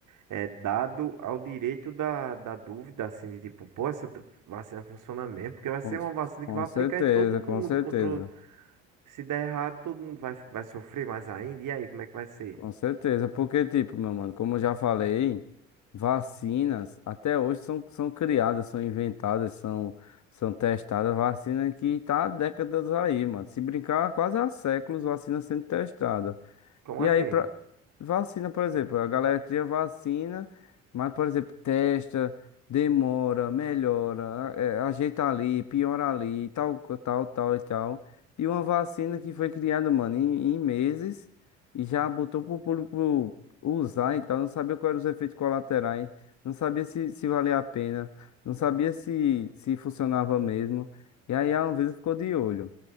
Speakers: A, on the right; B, on the left.
A: é, dado ao direito da, da dúvida, assim, de tipo, pô, essa d- vacina funciona mesmo, porque vai ser
B: com,
A: uma vacina
B: com
A: que vai aplicar
B: certeza,
A: em todo mundo,
B: com certeza.
A: contra, o- se der errado, todo mundo vai, vai sofrer mais ainda, e aí, como é que vai ser?
B: Com certeza. Porque, tipo, meu mano, como eu já falei, vacinas até hoje são, são criadas, são inventadas, são, são testadas. Vacina que tá há décadas aí, mano. Se brincar, quase há séculos, vacina sendo testada.
A: Como
B: E
A: assim?
B: aí, pra... vacina, por exemplo, a galera cria vacina, mas, por exemplo, testa, demora, melhora, a- é, ajeita ali, piora ali, tal, co- tal, tal e tal. E uma vacina que foi criada, mano, em, em meses e já botou pro público usar e tal, não sabia quais eram os efeitos colaterais, não sabia se, se valia a pena, não sabia se, se funcionava mesmo. E aí a Anvisa ficou de olho.